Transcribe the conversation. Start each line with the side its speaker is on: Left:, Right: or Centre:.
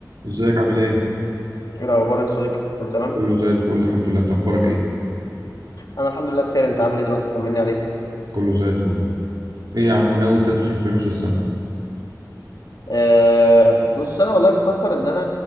Right: ازيك عامل ايه؟
Left: ايه الاخبار يا صديقي كله تمام
Right: كله زي الفل الحمد لله انت اخبارك ايه؟
Left: انا الحمد لله بخير انت عامل ايه دلوقتي طمني عليك
Right: كله زي الفل ايه يا عم من اول سفر في نص السنه
Left: آه في نص سنه والله بفكر ان انا